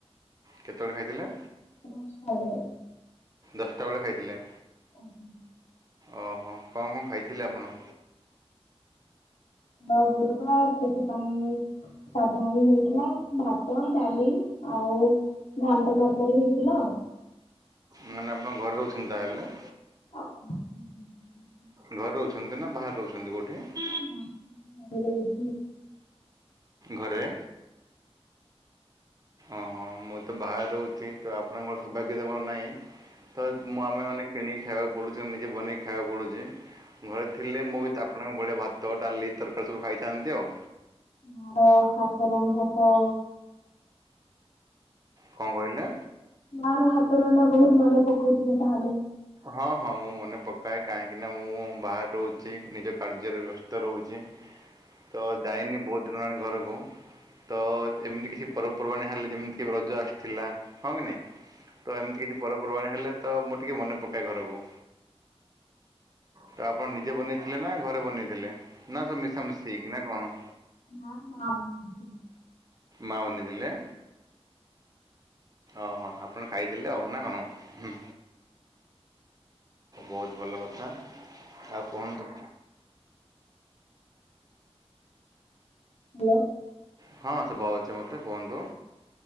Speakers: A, on the right; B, on the left.
A: କେତବେଳେ ଖାଇଥିଲେ?
B: ଦଶଟା ବେଳେ।
A: ଦଶଟା ବେଳେ ଖାଇଥିଲେ।
B: ଆଜ୍ଞା।
A: ଓହୋ କ ମୁ ଖାଇଥିଲି ଆପଣ
B: ତ ଗୁରୁବାର ସେଥିପାଇଁ ସାଧା ହିଁ ହେଇଥିଲା ଭାତ ଡାଲି ଆଉ ଘାଣ୍ଟ ତରକାରୀ ହେଇଥିଲା ଆଉ।
A: ମାନେ ଆପଣ ଘରେ ରହୁଛନ୍ ତାହେଲେ?
B: <inaudible>
A: ଘରେ ରହୁଛନ୍ତି ନା ବାହାରେ ରହୁଛନ୍ତି କୋଉଠି?
B: ନାଇ ଘରେ ରହୁ <unintelligible>
A: ଘରେ? ଓଁ ହଁ ମୁଁ ତ ବାହାରେ ରହୁଛି ତ ଆପଣଙ୍କର ସୌଭାଗ୍ୟତା ମର ନାହିଁ ତ ମୁଁ ଆମେ ମାନେ କିଣିକି ଖାଇବାକୁ ପଡୁଛି ନିଜେ ବନେଇି ଖାଇଆକୁ ପଡୁଛି। ଘରେ ଥିଲେ ମୁଁ ବି ଆପଣଙ୍କ ଭଳିଆ ଭାତ ଡାଲି ତରକାରୀ ସବୁ ଖାଇଥାନ୍ତି ଆଉ।
B: <unintelligible> ହାତ ରନ୍ଧା ତ
A: କ'ଣ କହିଲେ
B: ମା ର ହାତ ରନ୍ଧା ବହୁତ ମନେ ପକଉଥିବେ ତାହେଲେ।
A: ହଁ ହଁ ମୁଁ ମନେ ପକାଏ କାହିଁକି ନା ମୁଁ ବାହାରେ ରହୁଛି ନିଜ କାର୍ଯ୍ୟରେ ବ୍ୟସ୍ତ ରହୁଛି। ତ ଯାଇନି ବହୁଦିନ୍ ହେଲାଣି ଘରକୁ। ତ ଏମିତି କିଛି ପର୍ବପର୍ବାଣି ହେଲେ ଯେମିତି କି ରଜ ଆସିଥିଲା ହଁ କି ନାଇଁ। ତ ଏମିତି କିଛି ପରପର୍ବାଣୀ ହେଲେ ତ ମୁଁ ଟିକେ ମନେ ପକାଏ ଘରକୁ। ତ ଆପଣ ନିଜେ ବନେଇଥିଲେ ନା ଘରେ ବନେଇଥିଲେ ନା ସବୁ ମିଶାମିଶି ହେଇକି ନା କଣ?
B: ମା ମା ବନେଇଥିଲେ।
A: ମା ବନେଇ ଥିଲେ। ଓହୋ ଆପଣ ଖାଇଥିଲେ ଆଉ ନା କଣ ହୁଁ। ବହୁତ ଭଲ କଥା ଆଉ କୁହନ୍ତୁ
B: ହାଲୋ।
A: ହଁ ସୁବାହଉଛି ମୋତେ କୁହନ୍ତୁ।